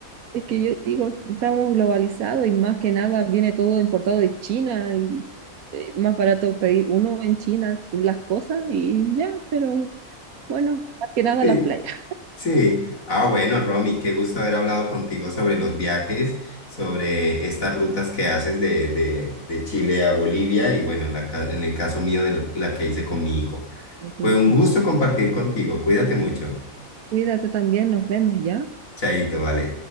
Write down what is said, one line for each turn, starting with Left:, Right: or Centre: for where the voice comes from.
Right: Es que yo digo, estamos globalizados y más que nada viene todo importado de China y eh, más barato pedir uno en China las cosas y ya, pero bueno, más que nada
Left: Sí,
Right: las playas.
Left: sí. Ah, bueno, Romy, qué gusto haber hablado contigo sobre los viajes, sobre estas rutas que haces de, de, de Chile a Bolivia y bueno, la ca- en el caso mío de la la que hice con mi hijo.
Right: Ya te
Left: Fue
Right: dije.
Left: un gusto compartir contigo. Cuídate mucho.
Right: Cuídate también, nos vemos ya.
Left: Chaito, vale.